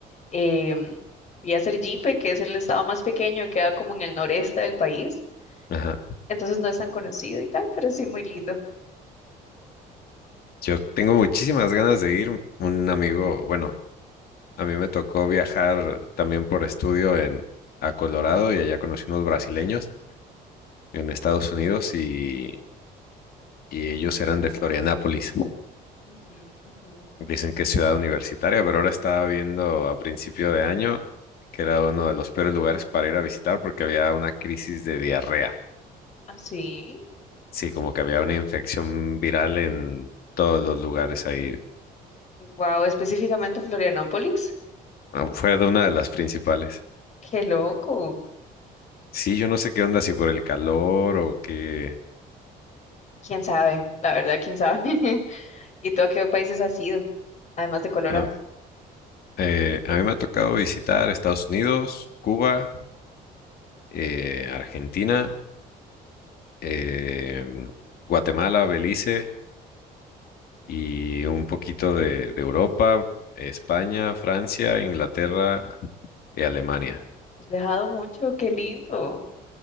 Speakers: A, on the left; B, on the left.
A: Em, fui a Sergipe, que es el estado más pequeño, queda como en el noreste del país.
B: Ajá.
A: Entonces no es tan conocido y tal, pero sí muy lindo.
B: Yo tengo muchísimas ganas de ir. Un amigo, bueno, a mí me tocó viajar también por estudio en, a Colorado y allá conocí unos brasileños en Estados Unidos y, y ellos eran de Florianápolis.
A: Ujú, ujú.
B: Dicen que es ciudad universitaria, pero ahora estaba viendo a principio de año que era uno de los peores lugares para ir a visitar porque había una crisis de diarrea.
A: Ah, sí.
B: Sí, como que había una infección viral en todos los lugares ahí.
A: Wow, específicamente Florianópolis.
B: Ah, Fue de una de las principales.
A: Qué loco.
B: Sí, yo no sé qué onda, si por el calor o qué.
A: ¿Quién sabe? La verdad, ¿quién sabe? <laughs> ¿Y tú a qué países has ido? Además de Colorado.
B: Ah, eh, a mí me ha tocado visitar Estados Unidos, Cuba, eh, Argentina, em, Guatemala, Belice. y un poquito de, de Europa, España, Francia, Inglaterra y Alemania.
A: Has viajado mucho, qué lindo.